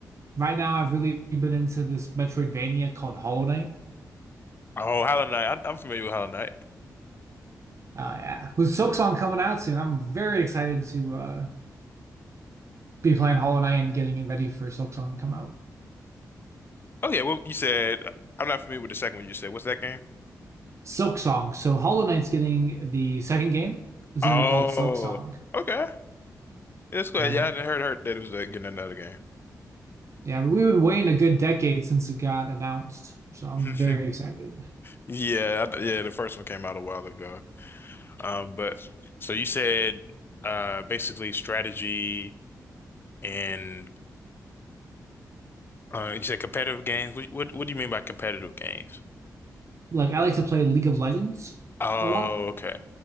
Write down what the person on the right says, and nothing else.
Right now, I've really been into this Metroidvania called Hollow Knight.
Uh, yeah. With Silksong coming out soon, I'm very excited to uh, be playing Hollow Knight and getting it ready for Silksong to come out.
Silksong. So Hollow Knight's getting the second game. It's
going to be called Silksong.
And
yeah, we've been waiting a good decade since it got announced. So I'm
very excited.
Like I like to play League of Legends
a lot.